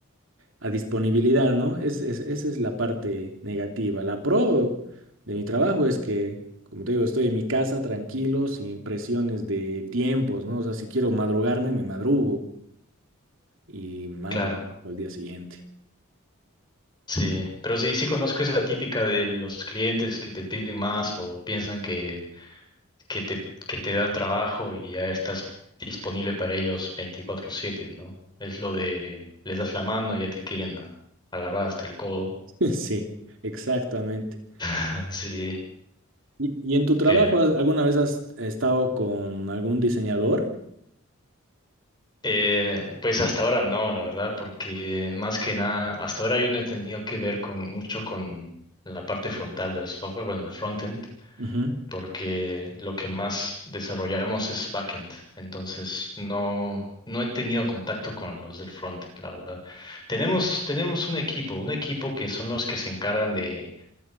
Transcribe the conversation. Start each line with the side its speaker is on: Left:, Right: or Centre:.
Right: a disponibilidad, ¿no? Es, es- esa es la parte negativa. La pro de mi trabajo es que, como te digo, estoy en mi casa tranquilo, sin presiones de tiempos, ¿no? O sea, si quiero madrugarme, me madrugo y mando
Left: Claro,
Right: al día siguiente.
Left: sí, pero sí, sí conozco esa típica de los clientes que te piden más o piensan que que te, que te dan trabajo y ya estás disponible para ellos veinticuatro siete ¿no? Es lo de, les das la mano y ya te quieren a- agarrar hasta el codo.
Right: <laughs> Sí, exactamente.
Left: <laughs> Sí,
Right: ¿Y, y en tu trabajo,
Left: pero
Right: ¿has- alguna vez has estado con algún diseñador?
Left: eh, pues hasta ahora no, la verdad, porque más que nada, hasta ahora yo no he tenido que ver con mucho con la parte frontal del software, bueno, el frontend,
Right: Ujú.
Left: porque lo que más desarrollamos es backend. Entonces, no, no he tenido contacto con los del frontend, la verdad. Tenemos, tenemos un equipo, un equipo que son los que se encargan de,